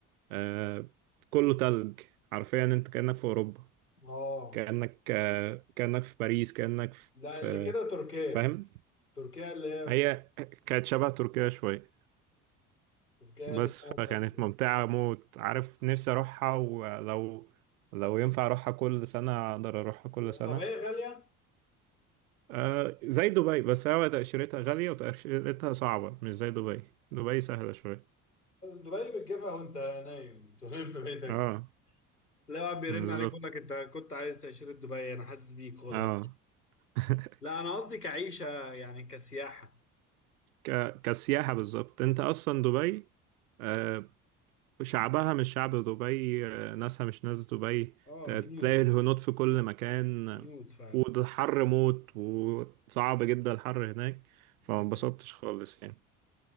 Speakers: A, on the right; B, on the left.
A: آه كله تلج حرفيا أنت كأنك في أوروبا
B: اه
A: كأنك آه، كأنك في باريس كأنك
B: لا
A: في
B: اللي كده تركيا
A: فاهم
B: تركيا اللي هي
A: هي
B: في
A: كانت شبه تركيا شوية
B: تركيا
A: بس
B: اللي فيها تلج.
A: فكانت ممتعة موت عارف نفسي أروحها ولو لو ينفع أروحها كل سنة أقدر أروحها كل سنة
B: طب هي غالية؟
A: آه زي دبي بس هو تأشيرتها غالية وتأشيرتها صعبة مش زي دبي دبي سهلة شوية
B: دبي بتجيبها وانت نايم <laughs> أنت نايم في بيتك
A: اه
B: لا واحد بيرن
A: بالظبط
B: عليك يقول لك انت كنت عايز تأشيرة دبي انا حاسس بيك خدها
A: اه <laughs>
B: لا انا قصدي كعيشة يعني كسياحة
A: ك... كسياحة بالظبط انت اصلا دبي آه، شعبها مش شعب دبي ناسها مش ناس دبي
B: اه
A: تلاقي
B: هنود
A: الهنود في كل مكان
B: هنود فعلا
A: والحر موت وصعب جدا الحر هناك فما
B: م-
A: انبسطتش خالص يعني